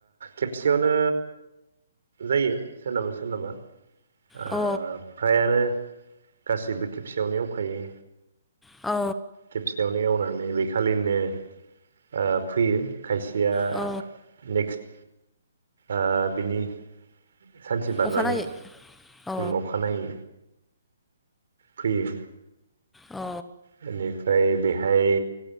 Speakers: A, on the right; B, in the centre.
A: खेबसेयावनो जायो सोरनाबा सोरनाबा ओ
B: अ
A: ओफ्राय आरो गासैबो खेबसेयावनो एवखायो।
B: अ
A: खेबसेयावनो एवनानै बेखालिनो ओ फोयो। खायसेया
B: अ
A: नेकस्ट ओ बिनि सान्थि बारनानै
B: अखानायै अ
A: नखानायै फोयो।
B: अ
A: बेनिफ्राय बेहाय